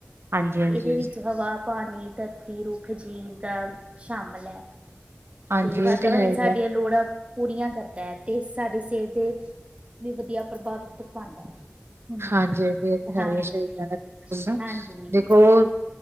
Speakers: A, on the right; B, on the right.
A: ਹਾਂਜੀ, ਹਾਂਜੀ,
B: ਇਹਦੇ ਵਿੱਚ ਹਵਾ ਪਾਣੀ ਧਰਤੀ ਰੁੱਖ ਜੀ ਦਾ ਸ਼ਾਮਿਲ ਹੈ।
A: ਹਾਂਜੀ
B: ਤੇ ਵਾਤਾਵਰਨ
A: ਇਹ ਹੈ ਹੀ
B: ਸਾਡੀਆਂ
A: ਹੈ।
B: ਲੋੜਾਂ ਪੂਰੀਆਂ ਕਰਦਾ ਹੈ ਤੇ ਸਾਡੀ ਸਿਹਤ ਦੇ ਵੀ ਵਧੀਆ ਪ੍ਰਭਾਵਿ ਪਾਉਂਦਾ ਹੈ। ਹਮ
A: ਹਾਂਜੀ ਬਿਲਕੁਲ
B: ਹਾਂਜੀ
A: ਸਹੀ ਕਿਹਾ ਦੇਖੋ ਨਾ
B: ਹਾਂਜੀ
A: ਦਖੋਰ